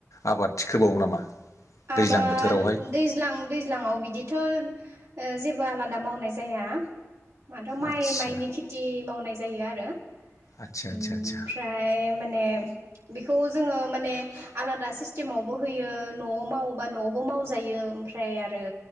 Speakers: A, on the left; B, on the right.
A: आबाद थिखोबावो नामा?
B: आबाद
A: दैज्लां बोथोरावहाय
B: दैज्लां दैज्लांआव बिदिथ' जेबो आलादा मावनाय जाया माथ' माइ
A: आदसा
B: माइनि खेथि मावनाय जायो आरो।
A: आदसा आदसा
B: ओमफ्राय
A: आदसा
B: माने बेखौ जोङो माने आलादा सिस्टेमावबो होयो न'आव। मावोबा न'आवबो मावजायो ओमफ्राय आरो